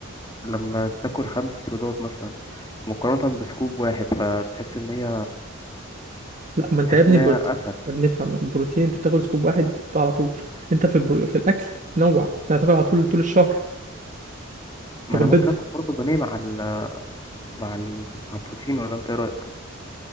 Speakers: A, on the left; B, on the right.
A: لما تاكل خمس بيضات مثلا مقارنة بسكوب واحد فتحس ان هي
B: لا ما انت
A: تحس
B: يا ابني
A: ان
B: البر...
A: هي اسهل
B: يا ابني افهم البروتين انت بتاكل سكوب واحد بتاع على طول انت في البر... في الاكل بتنوع انت هتاكل على طول طول الشهر
A: ما
B: تاكل
A: انا ممكن
B: بيض
A: اكل برضه بانيه مع ال مع ال مع البروتين ولا انت ايه رأيك؟